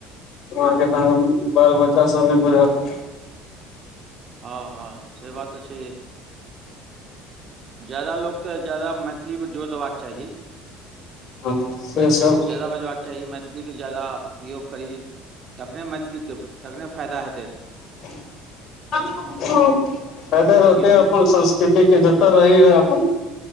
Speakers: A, on the left; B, on the right.
A: वहाँके तहन बाल बच्चा सब नहि बुझत
B: हँ - हँ से बात तऽ छै, जादा लोकके जादा मैथिलीपर जोर देबाक चाही
A: हँ से
B: मैथिली
A: सब
B: जाद बाजबाक चाही मैथिलीके जादा प्रयोग करी तखने मैथिलीके तखने फायदा हेतै।
A: ते हैते - हैते
B: मिथिलो
A: अपन संस्कृतिक के जतऽ रही रहै अपन